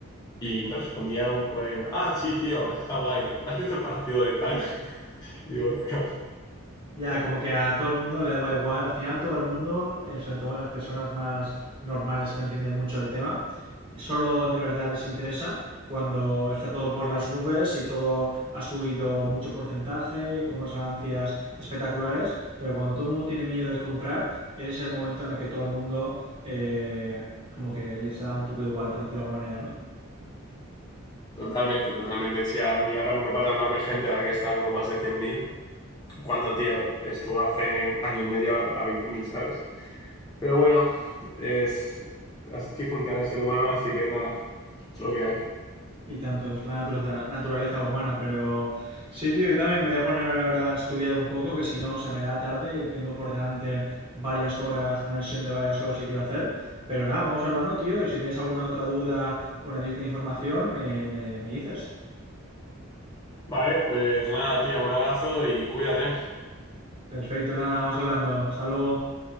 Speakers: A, on the left; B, on the right.
A: Y me respondía un cohen, ah, sí, tío, está guay. ¿Has visto el partido de tal? <laughs> Y digo, tío,
B: Ya, como que a todo el mundo le daba igual. Al final todo el mundo, eh, sobre todo las personas más normales que no entienden mucho el tema, solo de verdad les interesa cuando está todo por las nubes y todo ha subido mucho porcentaje, con unas ganancias espectaculares, pero cuando todo el mundo tiene miedo de comprar, ese es el momento en el que todo el mundo eh, como que les da un poco igual, por decirlo de alguna manera, ¿no?
A: totalmente, totalmente. Si a mí ahora no para de hablarme gente, ahora que está como más de 100.000 cuando, tío, estuvo hace año y medio a, a veinte mil ¿sabes? Pero bueno, es, así funciona el ser humano, así que nada, es lo que hay.
B: Y tanto, es la naturaleza, naturaleza humana, pero sí, tío, yo también me voy a poner ahora a estudiar un poco, que si no se me hará tarde y tengo por delante varias horas, una sesión de varias horas que quiero hacer. Pero nada, vamos hablando, tío, y si tienes alguna otra duda o necesitas información, me, me, me dices.
A: Vale, pues nada, tío, un abrazo y cuídate.
B: Perfecto, nada, vamos hablando. Hasta luego.